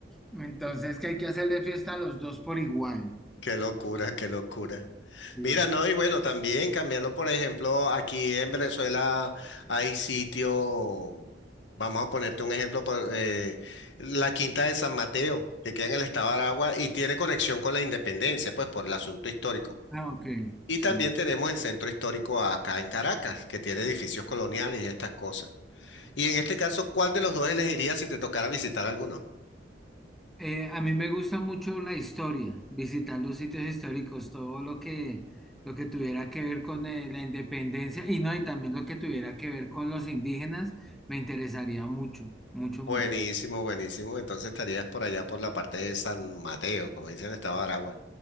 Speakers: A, in the centre; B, on the left (about 70°).
A: Entonces que hay que hacerle fiesta a los dos por igual.
B: qué locura, qué locura.
A: Sí.
B: Mira, no, y bueno, también cambiando, por ejemplo, aquí en Venezuela hay sitio, vamos a ponerte un ejemplo, por, eh, la Quinta de San Mateo, que queda en el estado de Aragua y tiene conexión con la independencia, pues por el asunto histórico.
A: Ah, ok,
B: Y
A: sí.
B: también tenemos el centro histórico acá en Caracas, que tiene edificios coloniales y estas cosas. Y en este caso, ¿cuál de los dos elegirías si te tocara visitar alguno?
A: Eh, a mí me gusta mucho la historia, visitar los sitios históricos, todo lo que, lo que tuviera que ver con eh, la independencia y no, y también lo que tuviera que ver con los indígenas, me interesaría mucho, mucho,
B: Buenísimo,
A: mucho.
B: buenísimo. Entonces estarías por allá por la parte de San Mateo, como dicen el estado de Aragua.